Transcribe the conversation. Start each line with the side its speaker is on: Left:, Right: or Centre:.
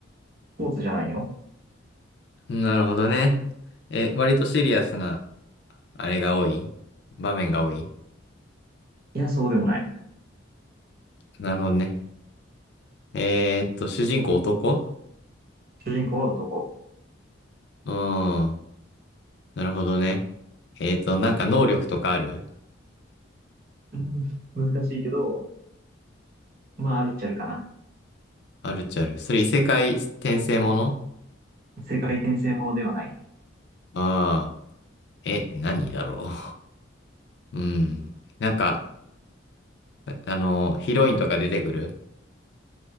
Right: スポーツじゃないよ。
Left: なるほどね。え、割とシリアスな、あれが多い場面が多い
Right: いや、そうでもない。
Left: なるほどね。えーっと、主人公男
Right: 主人公は男。
Left: うーん。なるほどね。えーっと、なんか能力とかある
Right: うん、難しいけど、まあ、あるっちゃあるかな。
Left: あるっちゃある。それ異世界転生もの
Right: 世界転生ものではない。
Left: ああー。え、何だろう。<laughs> うん。なんか、あの、ヒロインとか出てくる